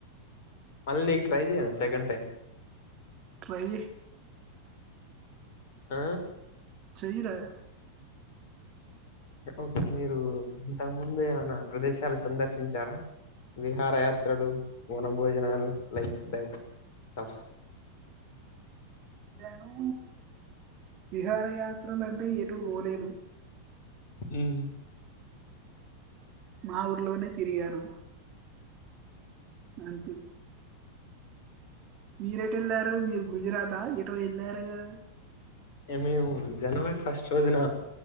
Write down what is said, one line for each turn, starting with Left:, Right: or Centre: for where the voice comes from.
Left: మళ్ళీ నీకు ట్రై చేయన సెకండ్ టైం
Right: ట్రై చేయ్
Left: ఆ
Right: చేయి రా
Left: ఓకే మీరు ఇంతకు ముందు ఏమన్నా ప్రదేశాలు సందర్శించారా విహార యాత్రలు, వన భోజనాలు లైక్ దట్ ఆఫ్
Right: నో విహార యాత్రలంటే ఎటు పోలేదు.
Left: ఉమ్
Right: మా ఊర్లోనే తిరిగాను. అంతే మీరెటు ఎల్లారు మీరు గుజరాతా ఎటో ఎల్లారుగా
Left: మేము జనవరి ఫస్ట్ రోజున